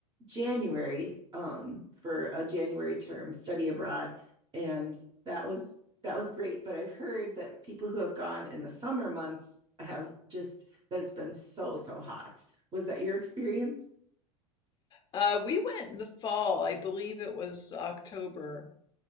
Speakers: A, on the right (about 25°); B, on the left (about 25°).
A: January, um, for a January term study abroad, and that was that was great. But I've heard that people who have gone in the summer months have just that it's been so, so hot. Was that your experience?
B: Uh, we went in the fall, I believe it was October,